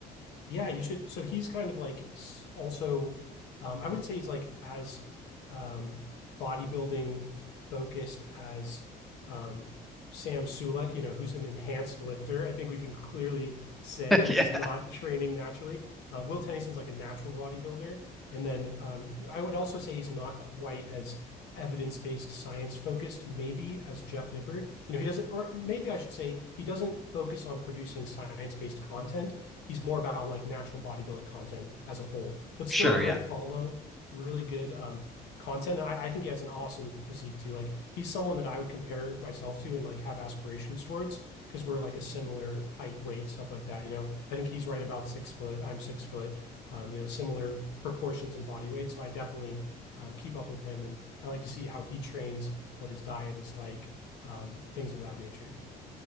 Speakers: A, on the left; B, in the centre.
A: Yeah, you should. So he's kind of like s- also, um, I wouldn't say he's like as um, bodybuilding focused as um, Sam Sulek, you know, who's an enhanced lifter. I think we can clearly say
B: <laughs> yeah
A: he's not <laughs> training naturally. Um, Will Tennison's like a natural bodybuilder. And then um, I would also say he's not quite as evidence-based, science-focused, maybe as Jeff Nippard. You know, he doesn't, or maybe I should say he doesn't focus on producing science-based content He's more about like natural bodybuilding content as a whole, but
B: sure
A: still a great
B: yeah
A: follow, really good um, content. And I, I think he has an awesome physique too. Like he's someone that I would compare myself to and like have aspirations towards because we're like a similar height, weight, stuff like that. You know, I think he's right about six foot. I'm six foot. Um, you know, similar proportions and body weight. So I definitely um, keep up with him, and I like to see how he trains, what his diet is like, um, things of that nature.